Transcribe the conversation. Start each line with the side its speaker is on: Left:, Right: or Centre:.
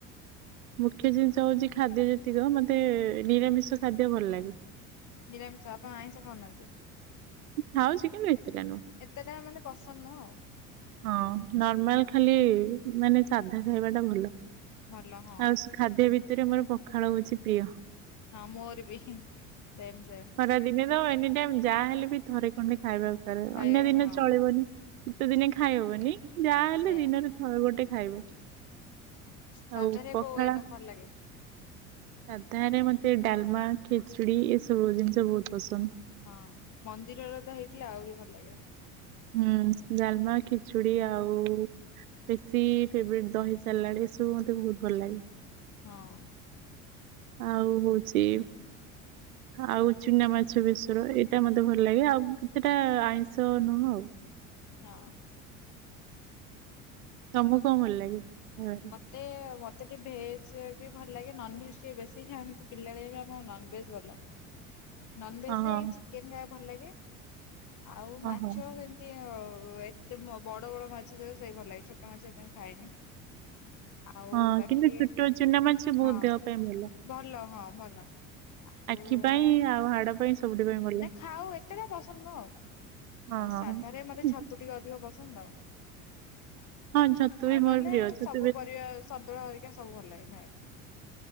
Right: ମୁଖ୍ୟ ଜିନିଷ ହଉଛି ଖାଦ୍ୟ ଯେତିକ ମତେ ନିରାମିଷ ଖାଦ୍ୟ ଭଲ ଲାଗେ।
Left: ନିରାମିଷ ଆପଣ ଆଇଁଷ ଖାଉନାହାନ୍ତି?
Right: ଖାଉଛି କିନ୍ତୁ ଏତେଟା ନୁହଁ।
Left: ଏତେଟା ମାନେ ପସନ୍ଦ ନୁହଁ ଆଉ।
Right: ହଁ ନର୍ମାଲ ଖାଲି ମାନେ ସାଧା ଖାଇବା ଟା ଭଲ।
Left: ଭଲ ହଁ।
Right: ଆଉ ସ- ଖାଦ୍ୟ ଭିତେରେ ମୋର ପଖାଳ ହଉଛି ପ୍ରିୟ।
Left: ହଁ ମୋର ବି ସେମ୍ ସେମ୍।
Right: ଖରା ଦିନେ ତ ଏନି ଟାଇମ୍ ଯାହା ହେଲେ ବି ଥରେ ଖଣ୍ଡେ ଖାଇବାକୁସା ରେ
Left: ଖାଇବା
Right: ଅନ୍ୟ ଦିନେ
Left: ହଁ
Right: ଚଳିବନି। ଶୀତ ଦିନେ ଖାଇହବନି ଯାହା ହେଲେ
Left: ସେଇଆ।
Right: ଦିନରେ ଥରେ ଗୋଟେ ଖାଇବ।
Left: ସାଧାରେ
Right: ଆଉ ପଖାଳ
Left: କୋଉ ଆଇଟମ ଭଲ ଲାଗେ
Right: ସାଧାରେ ମତେ ଡ଼ାଲମା, ଖେଚୁଡ଼ି ଏସବୁ ଜିନିଷ ବହୁତ୍ ପସନ୍ଦ।
Left: ହଁ ମନ୍ଦିରର ତ ହେଇଥିଲେ ଆହୁରି ଭଲ ଲାଗିବ।
Right: ହୁଁ ଡାଲମା, ଖେଚୁଡ଼ି ଆଉ ବେଶୀ ଫେବରେଟ୍ ଦହି ସାଲାଡ୍ ଏସବୁ ମତେ ବହୁତ୍ ଭଲ ଲାଗେ।
Left: ହଁ।
Right: ଆଉ ହଉଛି ଆଉ ଚୁନା ମାଛ ବେସର ଏଇଟା ମତେ ଭଲ ଲାଗେ ଆଉ ସେଇଟା ଆଇଁଷ ନୁହଁ ଆଉ।
Left: ହଁ।
Right: ତମକୁ କଣ ଭଲ ଲାଗେ ଖାଇବା?
Left: ମତେ ମତେ ଟିକେ ଭେଜ୍ ରେ ବି ଭଲ ଲାଗେ ନନଭେଜ୍ ଟିକେ ବେଶୀ ଆମେତ ପିଲାଳିଆ ଆମ ନନ୍ଭେଜ ଭଲ। ନନଭେଜ୍
Right: ଓହୋ
Left: ରେ ଏଇ ଚିକେନ୍ ଖାଇବାକୁ ଭଲ ଲାଗେ ଆଉ ମାଛ
Right: ଓହୋ
Left: ସେ <unintelligible> ଏତେ ବଡ଼ ବଡ଼ ମାଛ ତକ ସେଇ ଭଲ ଲାଗେ ଛୋଟ ମାଛ ଏତେ ମୁଁ ଖାଏନି। ଆଉ
Right: ହଁ
Left: ବାକି
Right: କିନ୍ତୁ ଛୋଟ ଚୁନା ମାଛ ବହୁତ୍
Left: ହଁ
Right: ଦେହ ପାଇଁ ଭଲ।
Left: ଭଲ ହଁ ଭଲ। ଆଉ
Right: ଆଖି
Left: ହଁ
Right: ପାଇଁ ଆଉ ହାଡ ପାଇଁ ସବୁଠି ପାଇଁ ଭଲ
Left: ନା ଖାଉ ଏତେଟା ପସନ୍ଦ ନୁହଁ ଆଉ।
Right: ହଁ
Left: ଆଉ ସାଧାରେ
Right: ହଁ
Left: ମତେ ଛତୁ ଟିକେ ଅଧିକ ପସନ୍ଦ ଆଉ।
Right: ହଁ ଛତୁ
Left: ଆଉ
Right: ବି ମୋର
Left: ନହେଲେ
Right: ପ୍ରିୟ ଛ
Left: ସବୁ ପରିବା ସନ୍ତୁଳା ହେରିକା ସବୁ ଭଲ ଲାଗେ ଖାଇବା ପାଇଁ।